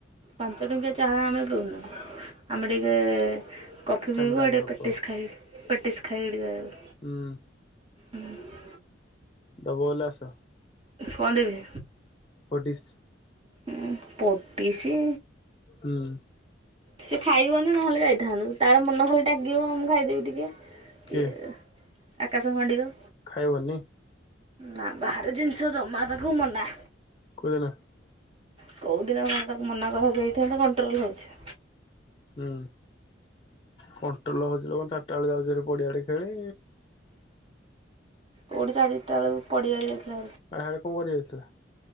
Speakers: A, on the right; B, on the left.
A: ପାଞ୍ଚ ଟଙ୍କିଆ ଚାହା ଆମେ ପଉନୁ। ଆମେ ଟିକେ କଫି
B: ଷ୍ଟାଣ୍ଡାର୍ଡ
A: ପିଇବୁ ଆଡ଼େ
B: ଲୋକ
A: ପେଟିସ୍ ଖାଇବୁ। ପେଟିସ୍ ଖାଇବୁ ଆଡୁ
B: ହୁଁ।
A: ହୁଁ।
B: ଦବ ହେଲେ ଆସ
A: କଣ ଦେବି
B: ପଟିସ।
A: ଉଁ ପଟିଶ।
B: ହୁଁ।
A: ସେ ଖାଇବନି ନହେଲେ ଯାଇଥାନ୍ତୁ। ତାର ମନ ଖାଲି ଡାକିବ ମୁଁ ଖାଇଦେବି ଟିକେ। କି
B: କିଏ
A: ଆକାଶ ହନଡିକ।
B: ଖାଇବନି।
A: ନା ବାହାର ଜିନିଷ ଜମା ତାକୁ ମନା।
B: <unintelligible>
A: କୋଉଦିନ ଆପଣ ତାକୁ ମନା କରାଯାଇଥାନ୍ତା କଣ୍ଟ୍ରୋଲ୍ ହୋଉଛି।
B: ହୁଁ କଣ୍ଟ୍ରୋଲ ହଉଛି କଣ ଚାରିଟା ବେଳେ ଯାଉଚି ହାରି ପଡିଆ ଆଡ଼େ ଖେଳି।
A: କୋଉଠି ଚାରିଟା ବେଳକୁ ପଡ଼ିଆରେ ଯାଇଥିଲା
B: ଆହାଡେ କଣ କରି ଯାଇଥିଲା?